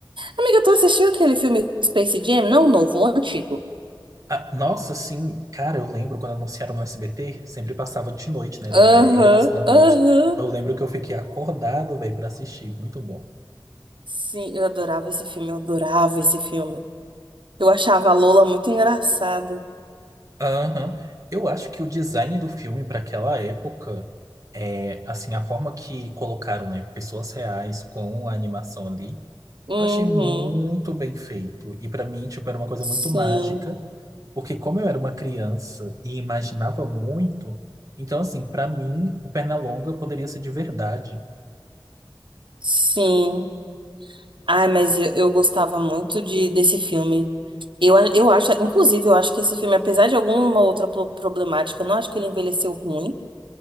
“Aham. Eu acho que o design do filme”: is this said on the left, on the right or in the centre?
Right